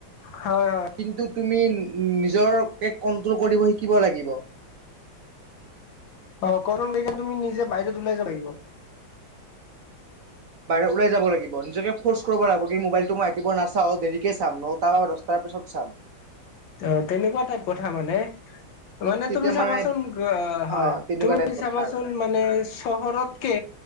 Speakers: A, on the left; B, on the right.
A: হয় হয়
B: কিন্তু তুমি। নিজৰ কে কণ্ট্ৰল কৰিব শিকিব লাগিব। উ
A: সকলকে তুমি নিজে বাহিৰত ওলাই যাব লাগিব।
B: বাহিৰ ওলাই যাব লাগিব, নিজকে ফৰ্চ কৰিব লাগিব, কি মোবাইলটো মই একেবাৰে নাচাওঁ দেৰিকে নটা বা দছটাৰ পিছত চাম।
A: অ, তেনেকুৱা টাইপ কথা মানে। মানে
B: তেতিয়া
A: তুমি চাবাচোন
B: মানে
A: হয়,
B: অ তেনেকুৱা
A: তুমি
B: টাইপ কথা
A: চাবাচোন
B: আৰু
A: মানে চহৰ তকে।